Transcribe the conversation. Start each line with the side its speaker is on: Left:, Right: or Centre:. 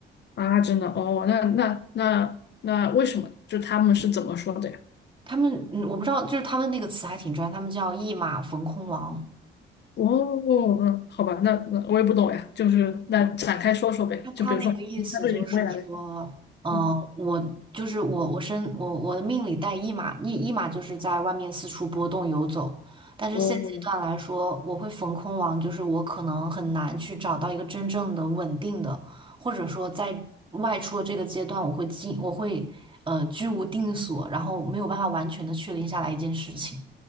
Left: 啊，真的哦，那那那那为什么呢就他们是怎么说的呀？
Right: 他们，嗯，我不知道，就是他们那个词还挺专业，他们叫“一马逢空王。
Left: 哦，嗯，好吧，那那我也不懂呀，就是那展开说说呗，
Right: 他他那个意思就是说，
Left: 就比如说他对于你未来的，
Right: 嗯、
Left: 嗯，
Right: 我就是我，我身我我的命里带一马，一一马就是在外面四处波动游走。但是现阶段来说，
Left: 哦
Right: 我会逢空王，就是我可能很难去找到一个真正的稳定的，或者说在外出的这个阶段，我会进，我会呃居无定所，然后没有办法完全的确定下来一件事情。